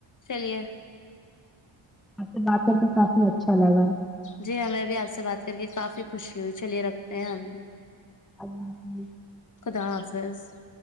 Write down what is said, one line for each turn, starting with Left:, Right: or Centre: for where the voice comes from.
Left: چلیے
Centre: اب سے بات کرتے کافی اچھا لگا
Left: جی ہمیں بھی آپ سے بات کر کے کافی خوشی ہوئی چلیے رکھتے ہیں ہم بھی
Centre: اللہ حافظ
Left: خدا حافظ